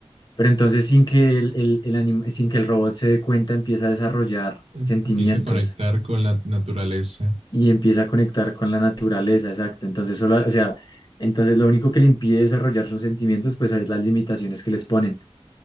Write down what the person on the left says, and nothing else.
pero entonces sin que el, el- el anim- sin que el robot se dé cuenta empieza a desarrollar
sentimientos
y empieza a conectar con la naturaleza, exacto. Entonces, solo, o sea, entonces lo único que le impide desarrollar sus sentimientos, pues es las limitaciones que les ponen